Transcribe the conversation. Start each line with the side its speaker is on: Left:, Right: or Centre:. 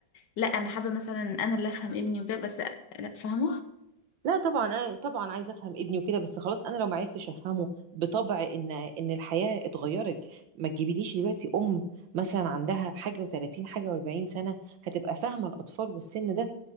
Left: لا انا حابة مثلا انا اللي افهم ابني وكده بس لا لا، فاهمة
Right: لا طبعا أنا طبعا عايزه افهم ابني وكده بس خلاص انا لو ما عرفتش افهمه بطبع ان ان الحياه اتغيرت ما تجيبيليش دلوقتي ام مثلا عندها حاجه و30 حاجه و40 سنه هتبقى فاهمه الاطفال والسن ده